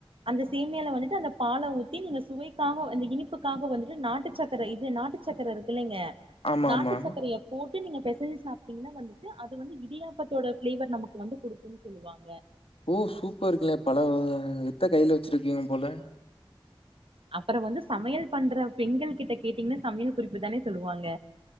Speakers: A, on the right; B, on the left.
A: அந்த சேமியால வந்துட்டு அந்த பாலை ஊத்தி நீங்க சுவைக்காக அந்த இனிப்புக்காக வந்துட்டு நாட்டு சக்கர இது நாட்டு சக்கர இருக்குல்லைங்க
B: ஆமா
A: நாட்டு
B: ஆமா
A: சக்கரைய போட்டு நீங்க பெசிஞ்சி சாப்ப பாத்தீங்கன்னா வந்துட்டு அது வந்து இடியாப்பத்தோட பிளேவர் நமக்கு வந்து குடுக்கும்ன்னு சொல்லுவாங்க
B: ஓ சூப்பர்ங்கலே பல வகையான வித்த கைல வச்சிருக்கீங்க போல
A: அப்புறம் வந்து சமையல் பண்ற பெண்கள் கிட்ட கேட்டீங்கன்னா சமையல் குறிப்புதானே சொல்லுவாங்க